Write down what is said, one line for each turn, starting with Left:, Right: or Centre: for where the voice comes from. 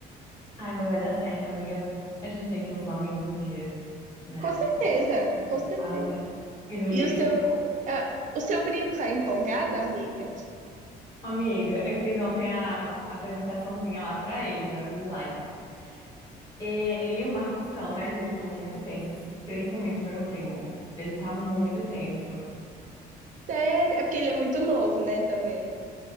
Left: Ai, mas vai dar certo, amiga. A gente tem que ir no Flamengo um dia, né?
Right: Com certeza,
Left: Tipo,
Right: com certeza.
Left: casa e no
Right: E
Left: lixo.
Right: o seu, ah, o seu primo tá empolgado, amiga?
Left: Amiga, eu fiz ontem a apresentaçãozinha lá pra eles, né? Os slides. Ele e o Marcos estão, mas eles estão muito tensos, principalmente o meu primo. Ele tá muito tenso.
Right: Sério? É porque ele é muito novo, né, também.